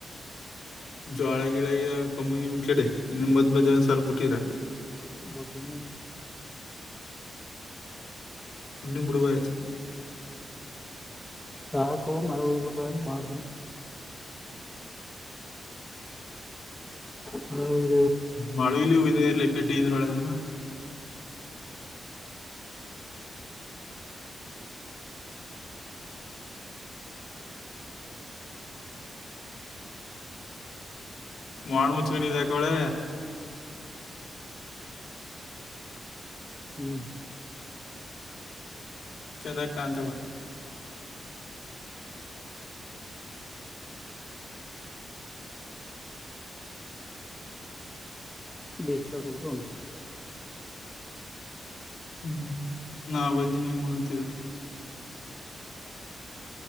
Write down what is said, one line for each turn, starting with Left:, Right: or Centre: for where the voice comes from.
Left: ಜೋಳ ಗಿಳ ಕಮ್ಮುನಿ ಕಡೆ ಇನ್ನ ಮದ್ ಮದ್ ಸರ್ ಬಿಟ್ಟಿರಾ
Centre: ಮತ್ತ್ ಇನ್ನೆ
Left: ಇನ್ನೂ ಬಿಡುಬಾಯತ್ತು
Centre: ಸಾಕೂ ಮಲಲ ಬಿಡ್ರ ಮಾಡಾರನ ಖಾನಾವಳಿ
Left: ಮಾಳು ಇಲಿ ಉಯಿದೆ ಇರ್ಲಿ ಬೀಗ್ವಳಗನ್ ಮಾಡಣ ಮುಚ್ಕಣಿದೆಆಕವಳೆ
Centre: ಹ್ಮ್
Left: ಚಂದಗಕಾಣಂತಾವಾ
Centre: ಬೀಸ ಲೋಟರು ಉಂಟು
Left: ಹ್ಮ್ ನಾ ಬಂದನ ಹೆಂಗ ನಂತಿದ.